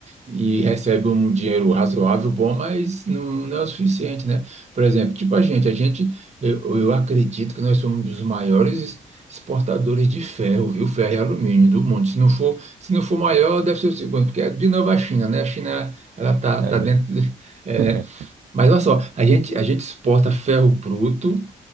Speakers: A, on the right; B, on the right.
A: e recebe um dinheiro razoável, bom, mas não, não é o suficiente, né? Por exemplo, tipo a gente, a gente, eu, eu acredito que nós somos um dos maiores exportadores de ferro, viu? Ferro e alumínio do mundo. Se não for, se não for maior, deve ser o segundo, porque é de novo a China, né? A China Ela tá,
B: É
A: tá
B: mesmo.
A: dentro. de- <laughs> é,
B: <laughs>
A: né? Mas olha só, a gente, a gente exporta ferro bruto,